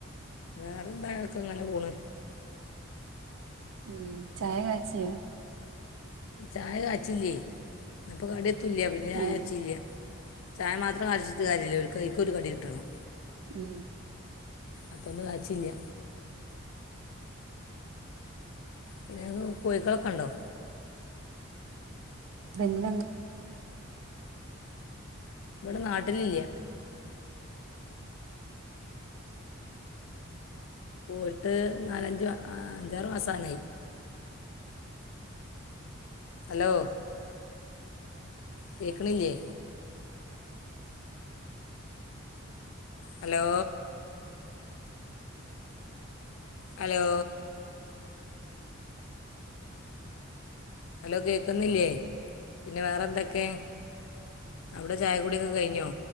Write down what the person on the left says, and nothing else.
വേറെന്താങ്കക്ക ങ്ങനെ പോണ്
ചായ കാച്ചില്ലേ ഇപ്പ കട എത്തുല പിന്നെ ചായ
കാച്ചില്ല ചായ മാത്രം കളിച്ചിട്ട് കാര്യമല്ലേൽ ഓല്ക്ക് ഐക്കൊരു കടി കിട്ടണം
അപ്പൾ ഇന്ന് കാച്ചില്ല പിന്നെ കോയ്ക്കളൊക്കെ ണ്ടോ?
ഇവിടെ നാട്ടിലില്ല പോയിട്ട് നാലഞ്ച് അഞ്ചാറ് മാസനായി ഹലോ കേക്കണില്ലേ ഹലോ ഹലോ ഹലോ കേൾക്കുന്നില്ലേ പിന്നെ വേറെ എന്തൊക്കെ അവിടെ ചായ കൂടി ഒക്കെ കഴിഞ്ഞോ